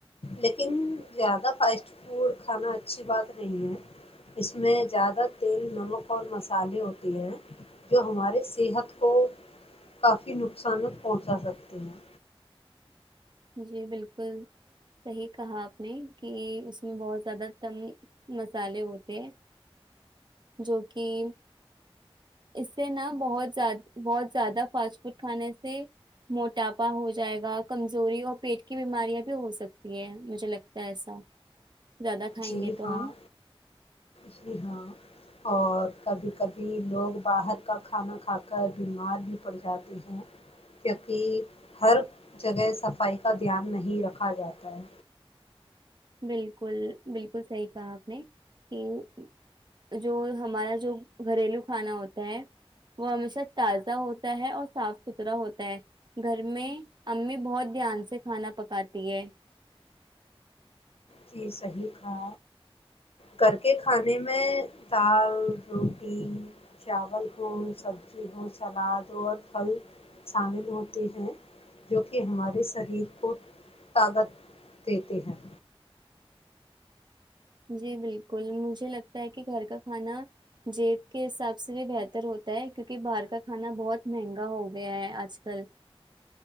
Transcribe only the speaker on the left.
لیکن زیادہ فاسٹ فوڈ کھانا اچھی بات نہیں ہے اس میں زیادہ تیل نمک اور مسالے ہوتے ہیں جو ہمارے صحت کو کافی نقصانک پہنچا سکتے ہیں
جی
ہاں
جی ہاں اور کبھی کبھی لوگ باہر کا کھانا کھا کر بیمار بھی پڑ جاتے ہیں کیونکہ ہر جگہ صفائی کا دھیان نہیں رکھا جاتا ہے
جی صحیح کھا گ کے کھانے میں دال روٹی چاو ہو سبزی ہو سلاد ہو اور پھل شامل ہوتے ہیں جو کہ ہمارے شریر کو طاقت دیتے ہیں